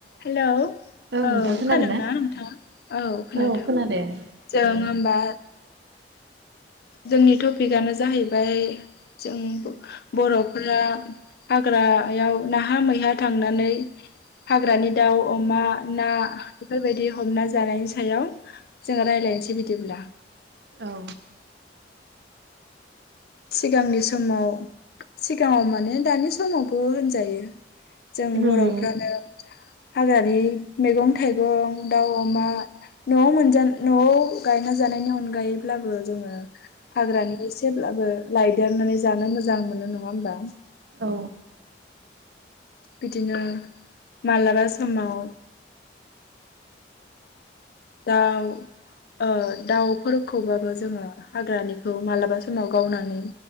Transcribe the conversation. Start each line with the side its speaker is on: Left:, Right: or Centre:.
Left: Hello औ
Right: नोंथां
Left: खोनादोंना
Right: खोनादों ना?
Left: नोंथाङा?
Right: औ खोनादों। औ
Left: जों होमबा जोंनि टपिकआनो जाहैबाय जों बर'फोरा हा ग्रायाव नाहा मैहा थांनानै हाग्रानि दाउ, अमा, ना बेफोरबायदि हमना जानायनि सायाव जोङो रायलायनोसै बिदिब्ला।
Right: औ।
Left: सिगांनि समाव सिगाङाव माने दानि समावबो होनजायो। जों बर'फ्रानो
Right: उम
Left: हाग्रानि मैगं थाइगं, दाउ अमा न'आव मोनजा न'आव गायना जानायनि अनगायैब्लाबो जोङो हाग्रानि एसेब्लाबो लायदेरनानै जानो मोजां मोनो नङा होमबा?
Right: औ।
Left: बिदिनो मालाबा समाव दाउ ओ दाउ फोरखौबाबो जोङो हाग्रानि खौ मालाबा समाव गावनानै